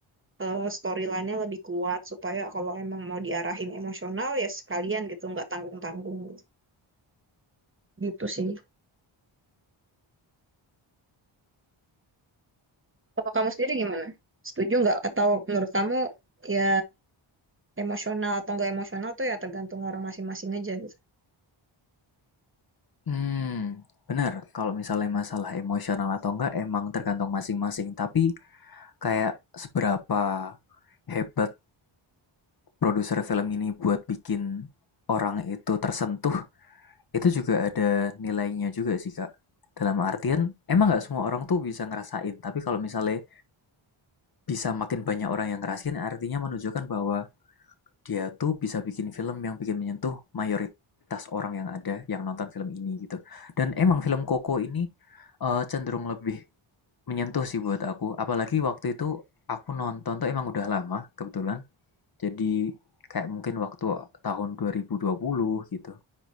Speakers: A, on the right (about 25°); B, on the left (about 45°).
A: eh, storyline-nya lebih kuat supaya kalau emang mau diarahin emosional ya sekalian gitu nggak tanggung-tanggung gitu. Gitu sih. Kalau kamu sendiri gimana? Setuju nggak? Atau menurut kamu ya emosional atau nggak emosional tuh ya tergantung orang masing-masing aja gitu.
B: hmm bener kalau misalnya masalah emosional atau enggak emang tergantung masing-masing tapi kayak seberapa hebat produser film ini buat bikin orang itu tersentuh itu juga ada nilainya juga sih kak dalam artian emang nggak semua orang tuh bisa ngerasain tapi kalau misalnya bisa makin banyak orang yang ngerasain artinya menunjukkan bahwa dia tuh bisa bikin film yang bikin menyentuh mayoritas orang yang ada yang nonton film ini gitu dan emang film Koko ini eh, cenderung lebih menyentuh sih buat aku apalagi waktu itu aku nonton tuh emang udah lama kebetulan Jadi kayak mungkin waktu tahun 2020 gitu.